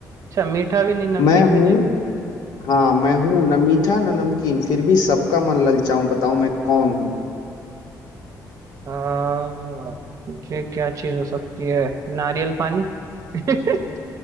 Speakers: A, on the right (about 50°); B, on the left (about 75°).
A: अच्छा मीठा भी नहीं नमकीन
B: मैं हूँ
A: भी नहीं
B: हाँ मैं हूँ न मीठा न नमकीन फिर भी सबका मन ललचाऊं बताओ मैं कौन हूँ
A: आ, ये क्या चीज हो सकती है नारियल पानी <laughs>